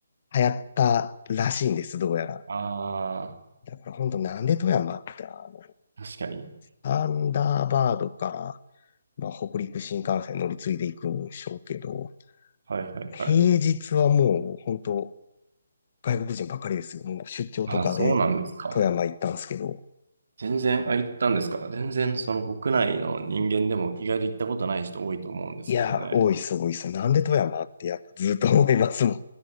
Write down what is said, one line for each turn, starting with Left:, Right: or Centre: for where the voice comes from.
Left: 流行ったらしいんです、どうやら。
Right: あ
Left: だから本当なんで富山って、あの、
Right: あー、確かに。
Left: サンダーバードから、まあ、北陸新幹線乗り継いでいくんでしょうけど、
Right: はいはいはい。
Left: 平日はもう本当外国人ばっかりですよ。もう出張とかで富山行ったんですけど、
Right: あ、そうなんですか。全然、あ、行ったんですか全然、その国内の人間でも意外と行ったことない人多いと思うんですけどね。
Left: いや、多いっす、多いっす。なんで富山ってやっぱずっと思いますもん。